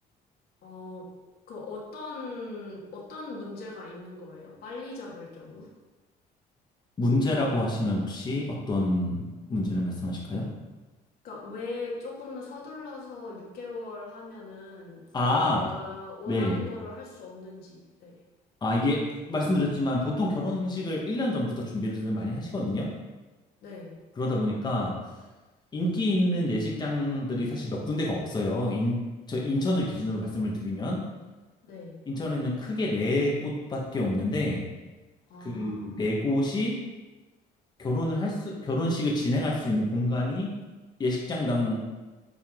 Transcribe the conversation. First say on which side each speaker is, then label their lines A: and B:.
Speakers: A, on the left; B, on the left.
A: 어, 그 어떤, 어떤 문제가 있는 거예요? 빨리 잡을 경우?
B: 문제라고 하시면 혹시 어떤 문제를 말씀하실까요?
A: 그러니까 왜 조금 서둘러서 6개월 하면은,
B: 아,
A: 어, 내가 원하는
B: 네.
A: 거를 할 수 없는지. 네.
B: 아, 이게 말씀드렸지만 보통 결혼식을 1년 전부터 준비를 많이 하시거든요.
A: 네.
B: 그러다 보니까 인기 있는 예식장들이 사실 몇 군데가 없어요. 인, 저 인천을 기준으로 말씀을 드리면
A: 네.
B: 인천에는 크게 네 곳밖에 없는데
A: 아,
B: 그 네 곳이 결혼을 할 수, 결혼식을 진행할 수 있는 공간이 예식장당